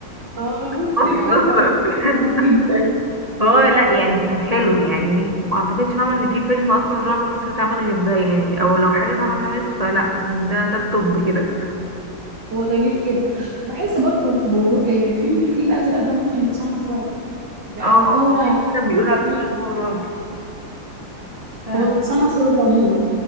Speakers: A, on the right; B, on the right.
A: اه <laughs>
B: مصري اصلا
A: دي حقيقه هو فعلا
B: <laughs>
A: بيخوف جدا
B: فهو لا يعني كان حلو يعني ما اعتقدش فاهمه ان في فيلم اصلا رعب مصري اتعمل غير ده يعني او لو حاجه فاهمه اتعملت فلا يعني ده ده التوب كده
A: هو جميل جدا بحس برضو موضوع آه، فيلم الفيل الازرق ده ممكن يتصنف رعب لان
B: اه
A: هو
B: كان بيقولوا على
A: مم،
B: فكره ان هو رعب ف
A: هو بيتصنف رعب عموما